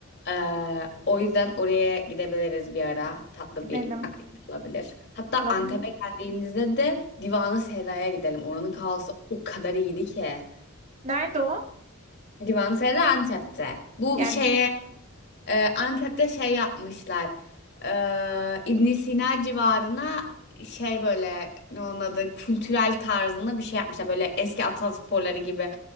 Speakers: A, on the left; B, on the right.
A: Ee, o yüzden oraya gidebiliriz bir ara. Tatlı
B: gidelim.
A: bir aktivite olabilir. Hatta
B: Olabilir.
A: Antep'e geldiğinizde de Divan-ı Serra'ya gidelim. Oranın kahvesi o kadar iyiydi ki.
B: Nerede o?
A: Divan-ı Serra Antep'te. Bu
B: Yani
A: şeye e, Antep'te şey yapmışlar. Ee, ibn Sina civarına şey böyle ne onun adı kültürel tarzında bir şey yapmışlar. Böyle eski atasporları gibi.